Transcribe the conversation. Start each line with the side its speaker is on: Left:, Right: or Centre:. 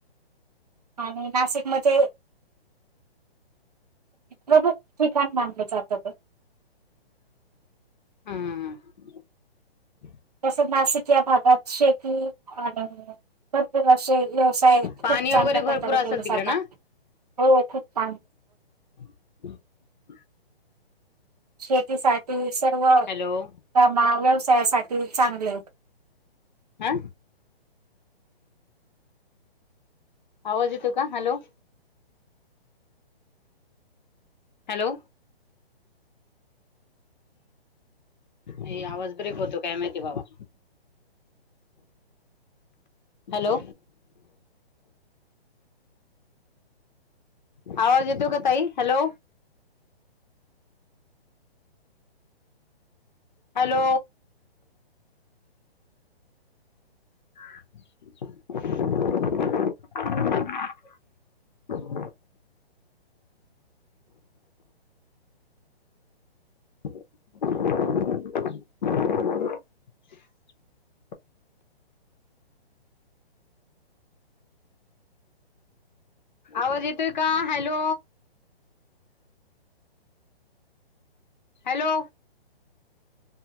Right: आणि नाशिकमध्ये <inaudible>
Left: हम्म
Right: तसं नाशिक या भागात शेती आणि भरपूर असे व्यवसाय खूप
Left: पाणी
Right: चांगल्या
Left: वगैरे भरपूर
Right: प्रकारे
Left: असेल
Right: केले जातात.
Left: तिकडे ना
Right: हो खूप <inaudible>
Left: <unintelligible>
Right: शेतीसाठ ते सर्व
Left: हॅलो
Right: कामा व्यवसायासाठी चांगले
Left: हा? आवाज येतो का हॅलो? हॅलो. ए आवाज ब्रेक होतो काय माहिती बाबा. हॅलो. आवाज येतो का ताई हॅलो? हॅलो. <inaudible> <inaudible> आवाज येतोय का? Hello hello.